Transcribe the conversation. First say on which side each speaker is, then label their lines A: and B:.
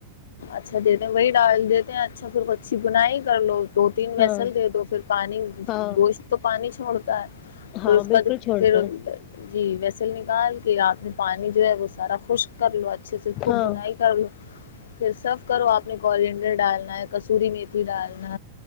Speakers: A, on the left (about 60°); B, on the left (about 40°).
A: اچھا دیتے ہیں وہی ڈال دیتے ہیں اچھا پھرچ بنائی کر لوگ دو تین
B: ہاں
A: ویسل دے دو پھر پانی
B: ہاں
A: گوشت تو پانی چھوڑتا ہے
B: ہاں
A: پھر اس
B: بالکل
A: کا جو
B: چھوڑتا
A: پھر
B: ہے
A: جی ویسل نکال کے آ پانی جو ہے وہ سارا خشک کر لو اچھے سے
B: ہاں
A: خوب بنائی کر لو پھر سب کرو آپ نے کلڈر ڈالنا ہے کسوری می ڈالنا